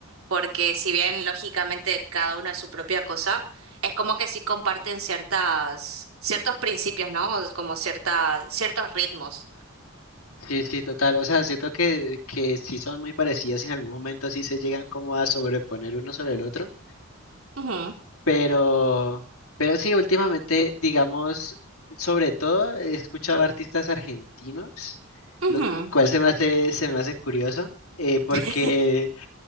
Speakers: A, on the right (about 75°); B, on the left (about 85°).
A: Porque si bien lógicamente cada uno es su propia cosa, es como que sí comparten ciertas, ciertos principios, ¿no? Como ciertas, ciertos ritmos.
B: Sí, sí, total. O sea, siento que, que sí son muy parecidas y en algún momento sí se llegan como a sobreponer uno sobre el otro,
A: Ujú,
B: pero, pero sí, últimamente, digamos, sobre todo he escuchado artistas argentinos,
A: ujú.
B: lo cual se me hace, se me hace curioso, eh, porque
A: <laughs>